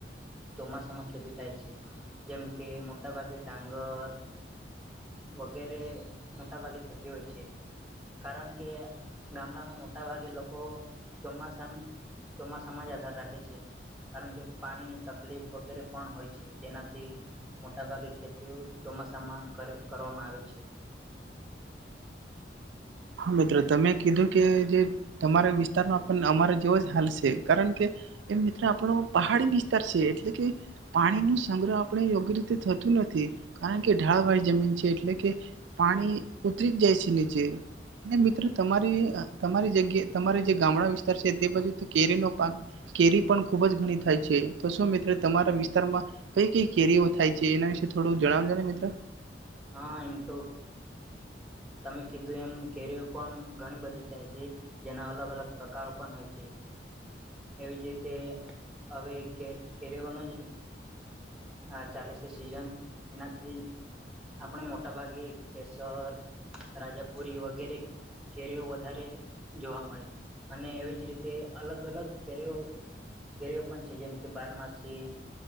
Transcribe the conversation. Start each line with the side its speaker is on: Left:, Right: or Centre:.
Centre: ચોમાસામાં ખેતી થાય છે. જેમ કે મો ગટાભાગી ડંગર વગેરે મોટા ભાગે થતી હોય છે. કારણ કે ગામડામાં મોટા ભાગે લોકો ચોમાસા ચોમાસામાં જ આધાર રાખે છે કારણ કે પાણીની તકલીફ વગેરે પણ હોય છે જેનાથી મોટાભાગે ખેતીઓ ચોમાસામાં કરવામાં આવે છે.
Right: હા મિત્રો તમે કીધું કે જે તમારા વિસ્તારમાં પણ અમારે તેવ જ હાલ છે કારણ કે એ મિત્ર આપણો પહાડી વિસ્તાર છે એટલે કે પાણી ન સંગ્રહ આપણે યોગ્ય રીતે થતું નથી કારણ કે ઢાળવાળી જમીન છે એટલે કે પાણી ઉતરી જ જાય છે ની જેે મિત્રો તમારી તમારી જગ્યાએ તમારી જે ગામડા વિસ્તાર છે તે બાજુ કેરીનો પાક કેરી પણ ખુબ જ ઘણી થાય છે તો શું મિત્ર તમારા વિસ્તારમાં કઈ કઈ કેરીઓ થાય છે એના વિશે થોડું જણાવ જો ને મિત્રો.
Centre: હા એમ તો તમે કીધું એમ કેરીઓ પણ ઘણી બધી થાય છે. જેના અલગ અલગ પ્રકાર પ્રકારો પણ હોય છે. એવી જ રીતે હવે કે કેરીઓનો જ હ ચાલે સે સિઝન. એનાથી આપણે મોટાભાગે કેસર રાજાપુરી વગેરે કેરીઓ વધારે જોવા મળે અને એવી જ રીતે અલગ અલગ કેરીઓ કેરીઓ પણ છે જેમ કે કે બારમાસી